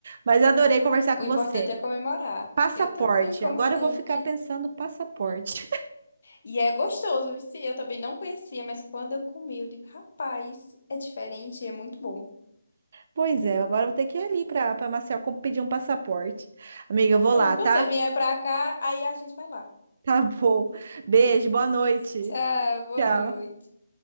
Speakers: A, on the right; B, on the left.
A: Mas eu adorei conversar
B: O
A: com você.
B: importante é comemorar.
A: Passaporte.
B: Eu também, como
A: Agora
B: sempre.
A: eu vou ficar pensando passaporte. <laughs>
B: E é gostoso, viu? Sim, Eu também não conhecia, mas quando eu comi, eu digo, rapaz, é diferente, e é muito bom.
A: Pois é, agora eu vou ter que ir ali para para Maceió com- pedir um passaporte. Amiga, eu vou
B: Pronto,
A: lá,
B: quando
A: tá?
B: você vier pra cá, aí a gente vai lá.
A: Tá bom. Beijo, boa noite.
B: Tchau, boa
A: Tchau.
B: noite.